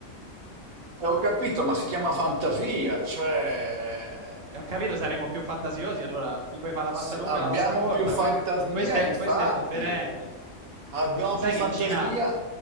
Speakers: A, on the right; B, on the right.
A: E ho capito, ma si chiama fantasia, cioè
B: E ho capito, saremo più fantasiosi, allora mi puoi fare la
A: se
B: pasta lunga
A: abbiamo
B: e la pasta corta,
A: più fantasia,
B: que- questo è,
A: infatti.
B: questo è differente.
A: Abbiamo
B: Sai
A: più fantasia?
B: che in Cina,